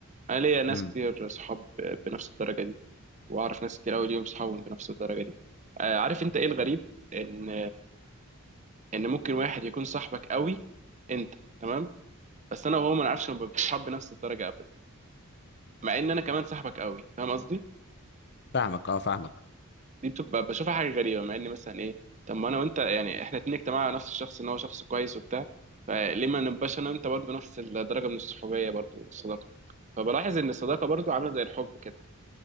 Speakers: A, on the right; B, on the left.
A: انا ليا ناس
B: امم
A: كتير صحاب بنفس الدرجه دي واعرف ناس كتير قوي ليهم صحابهم بنفس الدرجه دي أه، عارف انت ايه الغريب ان ان ممكن واحد يكون صاحبك قوي انت تمام بس انا وهو ما نعرفش نبقى بنحب نفس الدرجه ابدا مع ان انا كمان صاحبك قوي فاهم قصدي
B: فاهمك اه فاهمك
A: دي بتبقى بشوفها حاجه غريبه مع ان مثلا ايه طب ما انا وانت يعني احنا اتنين اجتماعنا على نفس الشخص ان هو شخص كويس وبتاع فليه ما نبقاش انا وانت برضو نفس الدرجه من الصحوبيه برضو الصداقه فبلاحظ ان الصداقه برضو عامله زي الحب كده